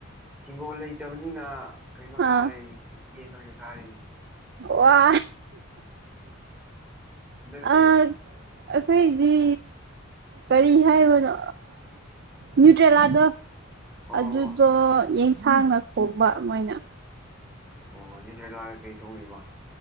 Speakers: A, in the centre; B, on the right (about 55°).
A: ꯍꯤꯡꯒꯣꯜ ꯂꯩꯇꯕꯅꯤꯅ ꯀꯩꯅꯣ ꯆꯥꯔꯦ
B: ꯑꯥ
A: ꯌꯦꯟ ꯑꯣꯏꯅ ꯆꯥꯔꯤꯅꯤ
B: ꯋꯥ
A: ꯅꯣꯏꯗꯤ
B: ꯑ ꯑꯩꯈꯣꯏꯗꯤ ꯀꯔꯤ ꯍꯥꯏꯕꯅꯣ ꯅ꯭ꯌꯨꯇ꯭ꯔꯦꯂꯥꯗꯣ
A: ꯑꯣ
B: ꯑꯗꯨꯗꯣ
A: ꯑꯣ
B: ꯌꯦꯟꯁꯥꯡꯅ ꯈꯣꯡꯕ ꯃꯣꯏꯅ
A: ꯑꯣ ꯅꯤꯇ꯭ꯔ ꯂꯥꯛꯑꯒ ꯀꯩ ꯊꯣꯡꯉꯤꯕ